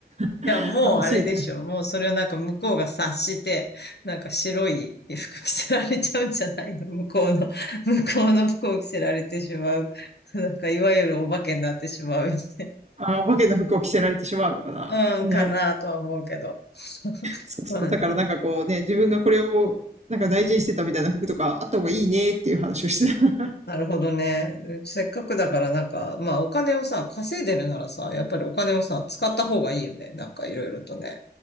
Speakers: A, on the right; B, on the left.
A: <laughs>
B: いや、もうあれでしょ。
A: 話になる。
B: もうそれをなんか向こうが察して、なんか白い服着せられちゃうんじゃないの向こうの、<laughs> 向こうの服を着せられてしまう。<laughs> なんかいわゆるお化けになってしまうよね。
A: ああ、お化けの服を着せられてしまうのかな。
B: <laughs> うん、
A: ね。
B: かなとは思うけど。<laughs>
A: そうそう。
B: まあね
A: だからなんかこうね、自分がこれをなんか大事にしてたみたいな服とかあった方がいいねっていう話をしてた。
B: なるほどね。せっかくだからなんか、まあお金をさ、稼いでるならさ、やっぱりお金をさ、使った方がいいよね。なんかいろいろとね。